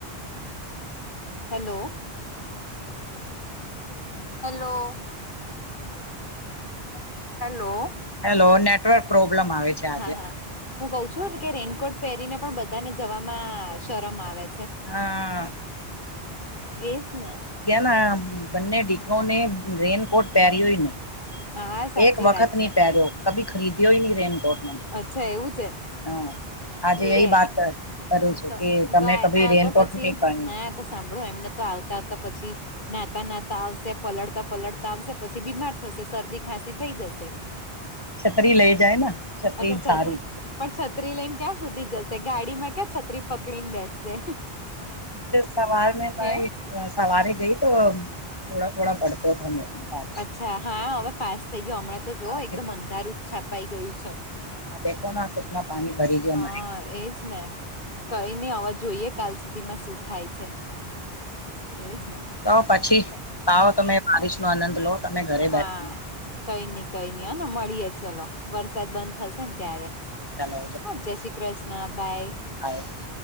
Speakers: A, on the left; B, on the left.
A: હેલો! હલો <unintelligible> હલી
B: હેલો નેટવર્ક પ્રોબ્લેમ આવે છે આજે.
A: હા હું કઉ છું કે રેનકોટ પહેરીને પણ બધાને જવામાં શરમ આવે.
B: હા
A: એ જ ને!
B: ના બન્ને ડી રેનકોટ પહેર્યો નહી.
A: હા સાચી
B: એક વખત
A: વાત
B: નહી
A: છે
B: પહેર્યો કભી ખરીદ્યો ન રેનકોટ મે.
A: અચ્છા એવું છે.?
B: હા આજે
A: લે
B: એ વાત કરું છું
A: તો
B: કે તમે કભી
A: તો
B: રેનકોટ
A: તો પછી
B: નહી પણ
A: ના તો સાંભળો એમને તો આવતા આવતા પછી નાતા નાતા આવશે પલળતા પલડતા આવશે પછી બીમાર થશે શરદી ખાંસી થઈ જશે.
B: છત્રી લઈ જાય ને છત્રી
A: અચછાચ્છા
B: સારી
A: ઠીક પણ છત્રી લઈને ક્યાં સુધી જશે ગાડીમાં? ક છત્રી પકડીને બેસે
B: સવારમે
A: હે?
B: સવારે ગઈ તો થોડા થોડા પડતો હતો મે બા
A: અચ્છા હા હવે ફાસ થઈ ગયો હમણાં તો જો
B: હા
A: એકદમ અંધારૂત છાપાઈ ગયુ છે,
B: દેખો ના કેટલા પાણી ભરી ગયો
A: હા
B: અમારે
A: એજ ને કઈ નઈ હવે જોઈએ કાલ સુધી માં શું થાય છે. એ છેમાં
B: તો પછી આવાવો તમે બારીિશ નો આનંદ લો તમે ઘરે
A: હા
B: બેઠ
A: કઈ નઈ કઈ નઈ હને મળીયે ચલો વરસાદ બંધ થશે ને ત્યારે
B: ચાલો
A: હા જય શ્રી કૃષ્ણ બાય
B: હ